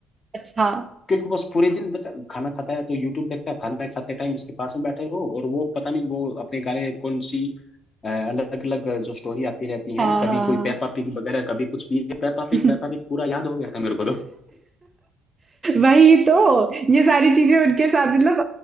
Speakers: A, on the right; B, on the left.
A: अच्छा
B: क्योंकि बस पूरे दिन बता खाना खाता है तो यूट्यूब देखता है खाना खाते टाइम उसके पास में बैठे रहो और वो पता नहीं वो अपने गाने कौन सी अलग अलग जो स्टोरी आती रहती हैं
A: हाँ
B: कभी
A: हाँ हाँ
B: कोई पेपा पिग वगैरह कभी कुछ भी पेपा पिग
A: <laughs> हाँ
B: पेपा पिग पूरा याद हो गया था मेरे को तो
A: वही तो ये सारी चीजें उनके साथ मतलब